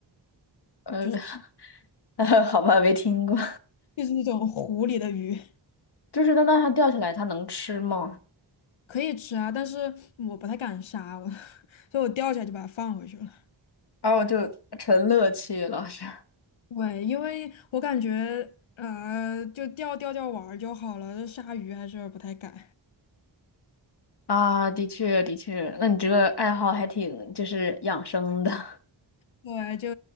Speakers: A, on the left (about 55°); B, on the left (about 80°).
A: 呃，
B: 就是
A: <laughs> 呃好吧，没听过
B: 就是那种湖里的鱼。
A: <laughs>。就是那那它钓起来，它能吃吗？
B: 可以吃啊，但是我不太敢杀，我 <laughs>，所以我钓起来就把它放回去了。
A: 哦，就纯乐趣了，是。
B: 对，因为我感觉呃，就钓钓钓玩儿就好了，这杀鱼还是不太敢。
A: 啊，的确的确，那你这个爱好还挺就是养生的。<laughs>
B: 对，就